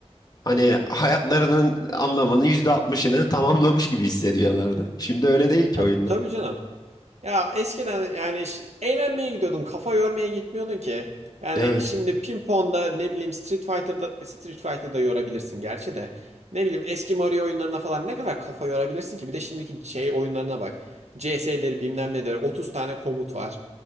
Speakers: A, on the left (about 35°); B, on the right (about 80°).
A: hani hayatlarının anlamının %60'ını tamamlamış gibi hissediyorlardı. Şimdi öyle değil ki
B: <laughs>
A: oyunlar.
B: tabii canım. Ya eskiden yani ş- eğlenmeye gidiyordun, kafa yormaya gitmiyordun ki. Yani
A: Evet,
B: şimdi ping-pong'da ne bileyim Street Fighter'da Street Fighter'da yorabilirsin gerçi de. Ne bileyim eski Mario oyunlarına falan ne kadar kafa yorabilirsin ki? Bir de şimdiki şey oyunlarına bak. CS'leri bilmem nedir. 30 tane komut var.